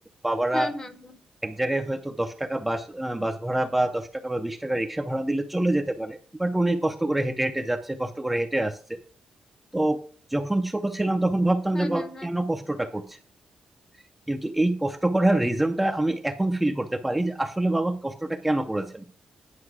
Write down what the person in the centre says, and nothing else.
বাবারা
এক জায়গায় হয়তো দশ টাকা বাস আহ, বাস ভাড়া বা দশ টাকা বা বিশ টাকা রিক্সা ভাড়া দিলে চলে যেতে পারে বাট উনি কষ্ট করে হেঁটে হেঁটে যাচ্ছে কষ্ট করে হেঁটে আসছে তো যখন ছোট ছিলাম তখন ভাবতাম
যে বাবা
কেন কষ্টটা করছে কিন্তু এই কষ্ট করার রিজনটা আমি এখন ফিল করতে পারি যে আসলে বাবা কষ্টটা কেন করেছেন